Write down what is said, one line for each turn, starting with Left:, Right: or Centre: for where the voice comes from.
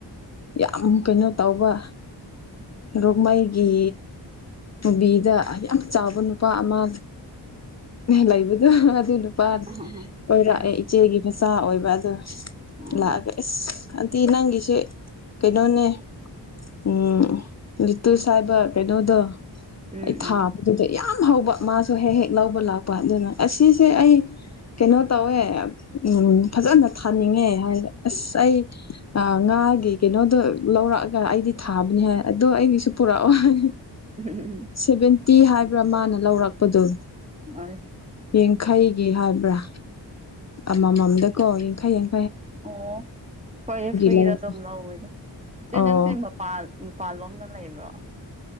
Left: ꯌꯥꯝ ꯀꯩꯅꯣ ꯇꯧꯕ ꯔꯣꯛꯃꯩꯒꯤ ꯃꯨꯕꯤꯗ ꯌꯥꯝ ꯆꯥꯎꯕ ꯅꯨꯄꯥ ꯑꯃ ꯂꯩꯕꯗꯣ ꯍ ꯑꯗꯨ ꯅꯨꯄꯥ
Right: ꯎꯝ
Left: ꯀꯣꯏꯔꯛꯑꯦ ꯏꯆꯦꯒꯤ ꯃꯆꯥ ꯑꯣꯏꯕ ꯑꯗꯨ
Right: ꯎꯝ
Left: ꯂꯥꯛꯑꯒ ꯏꯁ ꯑꯟꯇꯤ ꯅꯪꯒꯤꯁꯦ ꯀꯩꯅꯣꯅꯦ ꯎꯝ ꯂꯤꯇꯨꯁ ꯍꯥꯏꯕ ꯀꯩꯅꯣꯗꯨ ꯑꯩ
Right: ꯎꯝ
Left: ꯊꯥꯕꯗꯨꯗ ꯌꯥꯝ ꯍꯧꯕ ꯃꯥꯁꯨ ꯍꯦꯛ ꯍꯦꯛ ꯂꯧꯕ ꯂꯥꯛꯄ ꯑꯗꯨꯅ ꯑꯁꯤꯁꯦ ꯑꯩ ꯀꯩꯅꯣ ꯇꯧꯋꯦ ꯑ ꯎꯝ ꯐꯖꯅ ꯊꯥꯅꯤꯡꯉꯦ ꯍꯥꯏꯔꯒ ꯑꯁ ꯑꯩ ꯑ ꯉꯥꯒꯤ ꯀꯩꯅꯣꯗꯣ ꯂꯧꯔꯛꯑꯒ ꯑꯩꯗꯤ ꯊꯥꯕꯅꯤ ꯍꯥꯏ ꯑꯗꯣ ꯑꯩꯒꯤꯁꯨ ꯄꯨꯔꯛꯑꯣ ꯍꯥꯏ
Right: ꯎꯍꯨ ꯎꯝ ꯎꯝ
Left: ꯁꯚꯦꯟꯇꯤ ꯍꯥꯏꯕ꯭ꯔꯥ ꯃꯥꯅ ꯂꯧꯔꯛꯄꯗꯨ꯫
Right: ꯑꯥꯏ
Left: ꯌꯦꯡꯈꯩꯒꯤ ꯍꯥꯏꯕ꯭ꯔꯥ ꯑꯃꯃꯝꯗꯀꯣ ꯌꯥꯡꯈꯩ ꯌꯥꯡ
Right: ꯑꯣ ꯈꯣꯏ ꯐ꯭ꯔꯤꯗ
Left: ꯂꯧꯔꯛ
Right: ꯑꯗꯨꯝ ꯂꯧꯋꯦꯗ ꯆꯦ
Left: ꯑꯣ
Right: ꯅꯪꯆꯦ ꯃꯄꯥꯜ ꯃꯄꯥꯜ ꯂꯣꯝꯗ ꯂꯩꯕ꯭ꯔꯣ